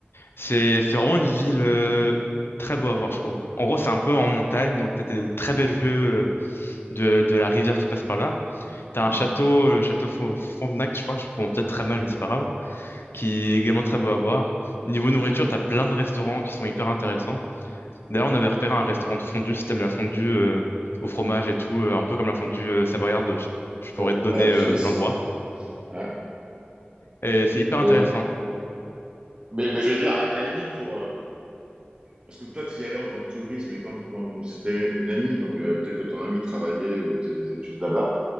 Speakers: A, on the left (about 70°); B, on the right (about 30°).
A: c'est c'est vraiment une ville euh, très beau à voir, je trouve. En gros, c'est un peu en montagne, donc t'as des très belles vues euh, de, de la rivière qui passe par là. T'as
B: Ah,
A: un château,
B: ah,
A: le château Fo- Frontenac, je crois, je prononce peut-être très mal, mais c'est pas grave, qui est également très beau à voir. Niveau nourriture,
B: ok.
A: t'as plein de restaurants qui sont hyper intéressants. D'ailleurs, on avait repéré un restaurant de fondue, si t'aimes la fondue euh, au fromage et tout, euh, un peu comme la fondue euh, savoyarde, je, je pourrais
B: Euh,
A: te donner
B: ouais,
A: euh,
B: Suisse.
A: l'endroit.
B: Ouais.
A: Et c'est hyper
B: Et,
A: intéressant.
B: euh, mais, mais je veux dire, à, à la limite, pour. euh, parce que toi, tu y allais en tant que touriste, mais quand, quand c'était une amie, donc euh, peut-être que ton amie travaillait ou faisait des études là-bas.